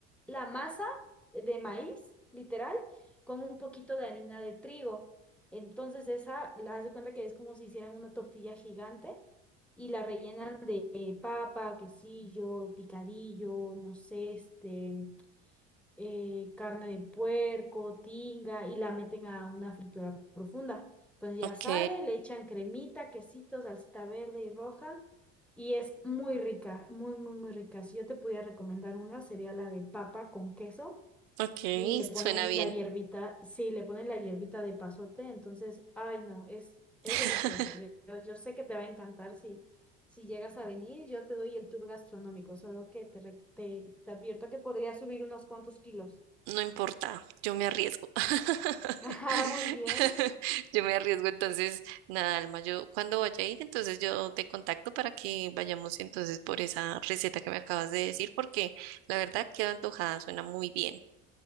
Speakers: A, in the centre; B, on the right.
A: la masa de maíz, literal, con un poquito de harina de trigo. Entonces esa, la haz de cuenta que es como si hicieran una tortilla gigante y la rellenan de eh, papa, quesillo, picadillo, no sé, este, eh, carne de puerco, tinga y la meten a una fritura profunda. Entonces ya
B: Ok,
A: sale, le echan cremita, quesito, salsita verde y roja y es muy rica, muy, muy, muy rica. Si yo te pudiera recomendar una, sería la de papa con queso
B: ok,
A: y le ponen
B: suena bien.
A: la hierbita, sí, le ponen la hierbita de pasote, entonces, ay no, es, es
B: <laughs>
A: deliciosa. Yo, yo, yo sé que te va a encantar si... Si llegas a venir, yo te doy el tour gastronómico, solo que te, re- te, te advierto que podría subir unos cuantos kilos.
B: No importa, yo me arriesgo. <laughs>
A: <laughs> Ah, muy bien.
B: Yo me arriesgo, entonces, nada, Alma, yo cuando vaya a ir, entonces yo te contacto para que vayamos entonces por esa receta que me acabas de decir, porque la verdad queda antojada, suena muy bien.